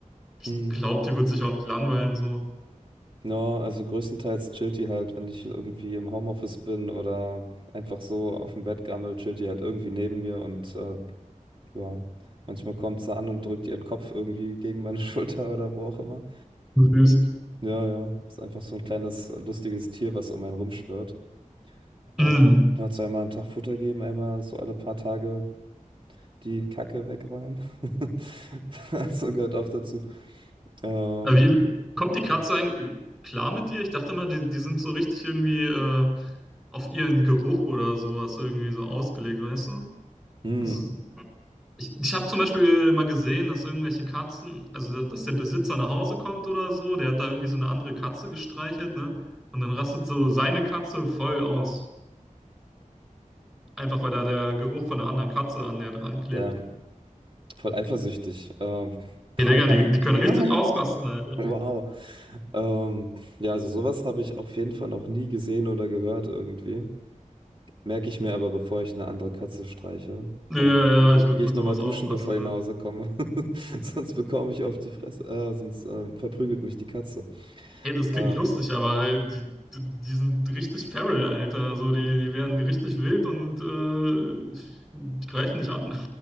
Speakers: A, in the centre; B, on the right.
A: Ich
B: hm,
A: glaube, die wird sich auch nicht langweilen, so
B: ja, also größtenteils chillt die halt, wenn ich irgendwie im Homeoffice bin oder einfach so auf dem Bett gammel, chillt die halt irgendwie neben mir und äh, ja, manchmal kommt sie an und drückt ihren Kopf irgendwie gegen meine <laughs> Schulter oder wo auch immer.
A: süß.
B: Ja, ja, ist einfach so ein kleines äh, lustiges Tier, was um einen rumschwirrt. Äh,
A: Mhm.
B: ja, zweimal am Tag Futter geben, einmal so alle paar Tage die Kacke wegräumen. <laughs> So gehört auch dazu. Ähm,
A: Äh, Wie, kommt die Katze
B: ja.
A: eigentlich klar mit dir? Ich dachte mal, die, die sind so richtig irgendwie äh, auf ihren Geruch oder sowas irgendwie so ausgelegt, weißt du?
B: Hm,
A: Also, ich ich habe zum Beispiel mal gesehen, dass irgendwelche Katzen, also dass der Besitzer nach Hause kommt oder so, der hat da irgendwie so eine andere Katze gestreichelt, ne? Und dann rastet so seine Katze voll aus. Einfach weil da der Geruch von einer anderen Katze an der dran klebt.
B: ähm, voll eifersüchtig. Ähm, keine
A: Hey, Digga, die,
B: Ahnung.
A: die können richtig
B: <laughs>
A: ausrasten, Alter.
B: Wow. Ähm, ja, also sowas habe ich auf jeden Fall noch nie gesehen oder gehört irgendwie. Merke ich mir aber, bevor ich eine andere Katze streiche.
A: Ja,
B: Ja.
A: ja,
B: Gehe ich,
A: ja, ich
B: geh
A: würde
B: ich
A: mit
B: nochmal
A: sowas
B: duschen,
A: aufpassen,
B: bevor ich
A: ne?
B: nach Hause komme. <laughs> Sonst bekomme ich auf die Fresse. Äh, sonst äh, verprügelt mich die Katze.
A: Hey, das
B: Äh,
A: klingt lustig, aber die, die, die sind richtig feral, Alter. Also die, die werden richtig wild und äh, die greifen dich an.